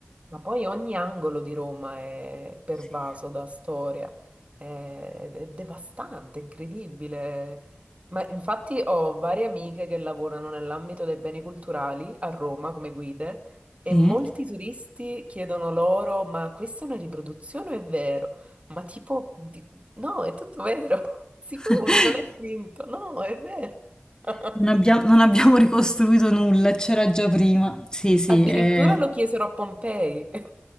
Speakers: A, on the right; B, on the left.
A: Ma poi ogni angolo di Roma è pervaso
B: Sì.
A: da storia, è, è devastante, incredibile. Ma infatti ho varie amiche che lavorano nell'ambito dei beni culturali a Roma come guide e
B: Sì.
A: molti turisti chiedono loro, ma questa è una riproduzione o è vero? Ma tipo, di- no, è tutto vero, <laughs> sicuri,
B: <laughs>
A: non è finto, no, è vero. <laughs>
B: Non abbia- non abbiamo <laughs> ricostruito nulla, c'era già prima. Sì, sì,
A: Addirittura
B: eh.
A: lo chiesero a Pompei. <laughs>